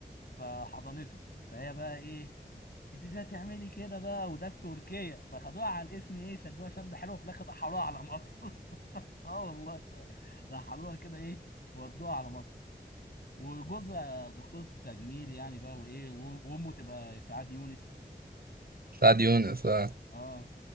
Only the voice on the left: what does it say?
فحضنته فهي بقى ايه انت ازاي تعملي كده بقى وده في تركيا فخدوها على الاسم ايه شدوها شد حلوه في الاخر رحلوها على مصر <laughs> اه والله ش- رحلوها كده ايه ودوها على مصر وجوزها دكتور تجميل يعني بقى وايه وأم- وامه تبقى اسعاد يونس
اه